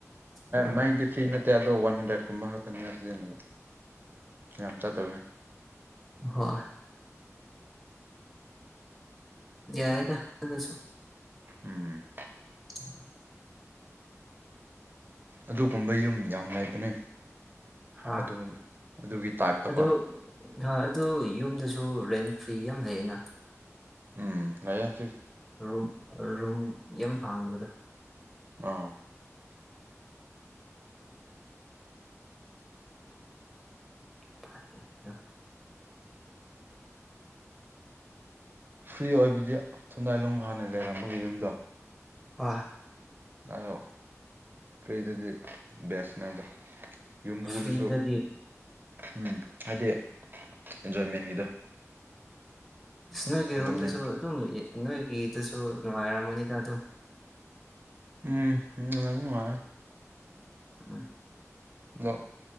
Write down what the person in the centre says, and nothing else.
ꯎꯝ
ꯎ ꯍꯣꯏ ꯌꯥꯏꯗꯁꯨꯣ
<unintelligible>
ꯍꯥ
ꯑꯗꯨꯗ ꯑꯗꯨ ꯌꯨꯝꯗꯁꯨ ꯔꯦꯟ ꯐ꯭ꯔꯤ ꯌꯥꯝ ꯂꯩꯌꯦꯅ
ꯔꯨꯝ ꯔꯨꯝ ꯌꯥꯝ ꯍꯥꯡꯂꯒ
ꯐꯝ
ꯍꯣꯏ
ꯐ꯭ꯔꯤꯗꯗꯤ
ꯅꯣꯏꯒꯤ
ꯔꯣꯝꯗꯁꯨ ꯑꯗꯨꯝ ꯂꯩ ꯅꯣꯏꯒꯤꯗꯨꯁꯨ ꯅꯨꯡꯉꯥꯏꯔꯝꯃꯣꯅꯤꯗ ꯑꯗꯨꯝ
ꯎꯝ